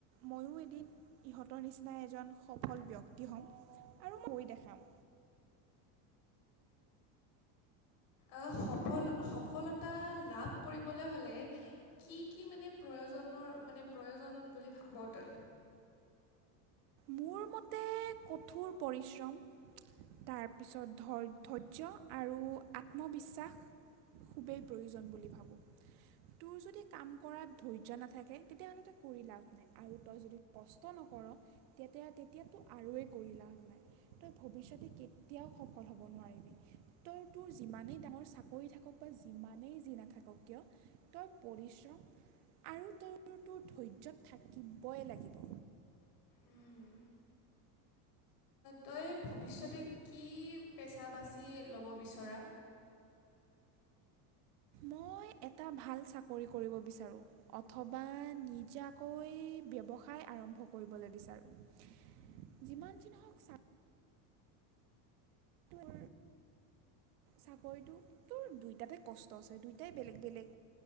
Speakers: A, on the right; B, on the left.
A: ময়ো এদিন ইহঁতৰ নিচিনা এজন সফল ব্যক্তি হ'ম আৰু ময়ো দেখাম।
B: স সফলতা লাভ কৰিবলৈ হ'লে কি কি মানে প্ৰয়োজনৰ প্ৰয়োজন বুলি ভাব তই?
A: মোৰ মতে কঠোৰ পৰিশ্ৰম তাৰপিছত ধৈৰ্য্য আৰু আত্মবিশ্বাস খুবেই প্ৰয়োজন বুলি ভাবোঁ। তোৰ যদি কাম কৰাত ধৈৰ্য্য নাথাকে তেতিয়াহ'লে তই কৰি লাভ নাই আৰু তই যদি কষ্ট নকৰ তেতিয়া তেতিয়া তোৰ আৰুৱেই কৰি লাভ নাই। তই ভৱিষ্যতে কেতিয়াও সফল হ'ব নোৱাৰিবি, তই তোৰ যিমানেই ডাঙৰ চাকৰি থাকক বা যিমানেই যি নাথাকক কিয় তই পৰিশ্ৰম আৰু তই তোৰ ধৈৰ্য্যত থাকিবই লাগিব।
B: উম, তই ভৱিষ্যতে কি পেচা বাচি ল'ব বিচৰা?
A: মই এটা ভাল চাকৰি কৰিব বিচাৰোঁ, অথবা নিজাকৈ ব্যৱসায় আৰম্ভ কৰিবলৈ বিচাৰোঁ। যিমান যি নহওক তোৰ চাকৰিটো তোৰ দুইটাতে কষ্ট আছে দুয়টাই বেলেগ বেলেগ,